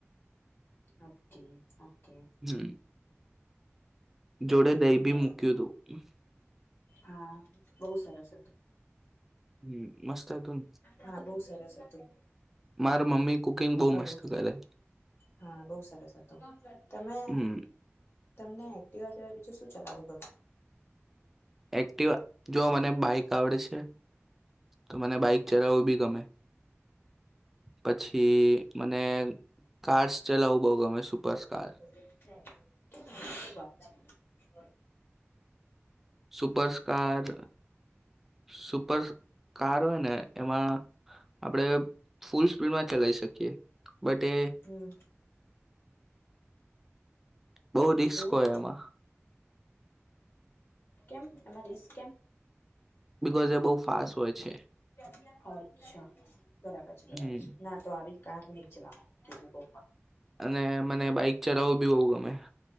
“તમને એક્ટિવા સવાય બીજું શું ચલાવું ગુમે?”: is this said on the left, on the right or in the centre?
Left